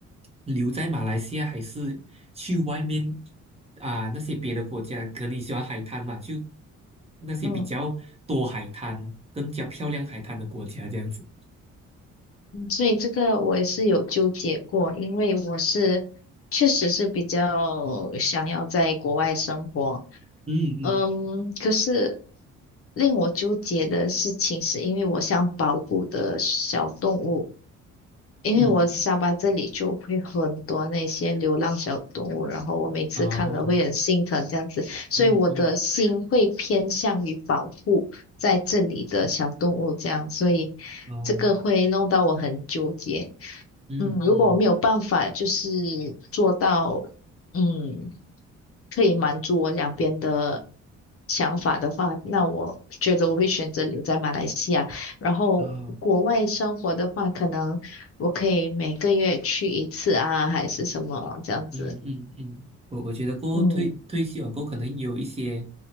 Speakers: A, on the right; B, on the left.
A: 留在马来西亚，还是去外面啊那些别的国家？可能你喜欢海滩嘛，就那些比较多海滩、
B: 嗯
A: 更加漂亮海滩的国家这样子。
B: 嗯，所以这个我也是有纠结过，因为我是确实是比较想要在国外生活。
A: 嗯嗯，
B: 嗯，可是令我纠结的事情是，因为我想保护的小动物，因为我下巴这里就会很多那些流浪小动物，
A: 嗯，
B: 然后我每次看了会很心疼这样子，
A: 哦，
B: 所以我的心会偏向于保护在这里的小动物这样，
A: 嗯嗯，
B: 所以
A: 哦，
B: 这个会弄到我很纠结。
A: 嗯嗯，
B: 嗯，如果我没有办法就是做到。嗯，可以满足我两边的想法的话，那我觉得我会选择留在马来西亚。然后国外生活的话，
A: 哦。
B: 可能我可以每个月去一次啊，还是什么这样子。
A: 嗯嗯嗯，我我觉得过后退退休啊，
B: 嗯，
A: 过后，可能有一些